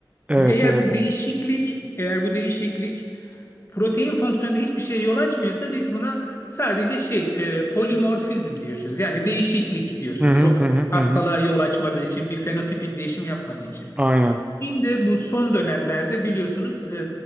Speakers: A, on the right; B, on the left.
A: Evet,
B: Eğer
A: evet,
B: bu değişiklik
A: evet.
B: eğer bu değişiklik protein fonksiyonunda hiçbir şeye yol açmıyorsa biz buna sadece şey e, polimorfizm diyorsunuz. Yani değişiklik diyorsunuz
A: Hı hı
B: o
A: hı
B: kadar.
A: hı hı.
B: Hastalığa
A: hı.
B: yol açmadığı için bir fenotipik değişim yapmadığı için.
A: Aynen.
B: Şimdi bu son dönemlerde biliyorsunuz